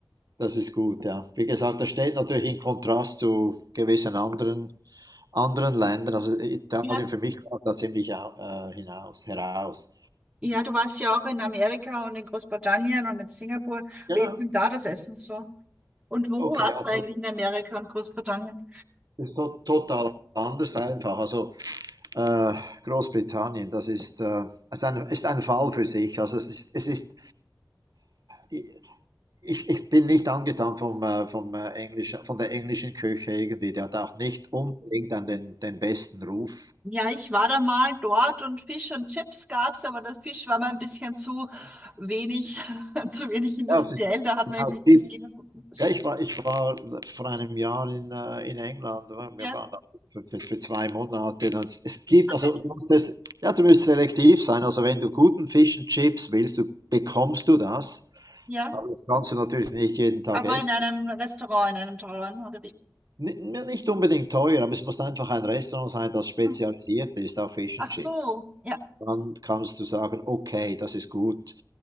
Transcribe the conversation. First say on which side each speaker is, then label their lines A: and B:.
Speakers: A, on the right (about 60°); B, on the right (about 15°).
A: Das ist gut, ja. Wie gesagt, das steht natürlich in Kontrast zu gewissen anderen, anderen Ländern. Also Italien
B: ja.
A: für mich ragt da ziemlich au- äh, hinaus, heraus.
B: Ja, du warst ja auch in Amerika und in Großbritannien und in Singapur.
A: Ja.
B: Wie ist denn da das Essen so? Und wo
A: Okay,
B: warst
A: also
B: du eigentlich in Amerika und Großbritannien?
A: ist to total anders einfach. Also äh, Großbritannien, das ist, äh, ist, ein, ist ein Fall für sich. Also es ist, es ist äh, ich, ich bin nicht angetan vom, äh, vom äh, englischen, von der englischen Küche irgendwie. Der hat auch nicht unbedingt an den, den besten Ruf.
B: Ja, ich war da mal dort und Fisch und Chips gab's, aber der Fisch war mir ein bisschen zu wenig, <laughs> zu wenig industriell.
A: Ja, es ist,
B: Da hat man irgendwie
A: es gibt
B: gesehen, dass es nicht so-
A: Ja, ich war, ich war vor einem Jahr in, äh, in England. oder?
B: Ja,
A: Wir waren da für, für, für zwei Monate. Und es gibt,
B: ah,
A: also
B: wirklich.
A: du musst es, ja, du musst selektiv sein. Also wenn du guten Fish and Chips willst, du, bekommst du das.
B: Ja,
A: Aber das kannst du natürlich nicht jeden Tag
B: aber
A: essen.
B: in einem Restaurant, in einem teuren, oder wie?
A: N n- nicht unbedingt teuer, aber es muss einfach ein Restaurant sein, das spezialisiert
B: Hm.
A: ist auf Fish
B: Ach
A: and Chips.
B: so, ja.
A: Dann kannst du sagen, okay, das ist gut.